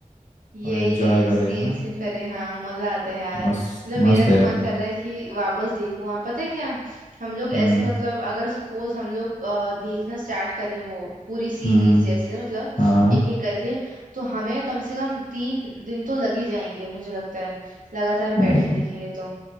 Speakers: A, on the right; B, on the left.
A: यही
B: और एंजॉय
A: यही
B: करे
A: सेम
B: है ना
A: सेम करे हाँ मजा आता है यार
B: मस्त
A: मतलब मेरा
B: मस्त
A: तो
B: है यार
A: मन कर रहा है कि वापस देखूं हाँ पता है क्या हम लोग
B: हम्म
A: ऐसे मतलब अगर सपोज हम लोग अ, देखना स्टार्ट करें वो पूरी सीरीज
B: हम्म
A: जैसे मतलब
B: हाँ हाँ
A: एक एक करके तो हमें कम से कम तीन दिन तो लग ही जाएंगे मुझे लगता है लगातार
B: हाँ,
A: बैठ
B: ये
A: के देखेंगे तो